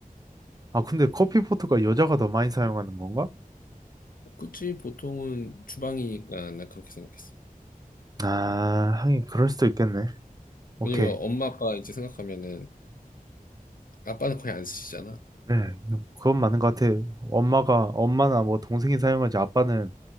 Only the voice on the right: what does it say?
아, 근데 커피포트가 여자가 더 많이 사용하는 건가?
아, 하긴 그럴 수도 있겠네. 오케이.
네, 네, 그건 맞는 것 같아. 엄마가, 엄마나 뭐 동생이 사용하지 아빠는,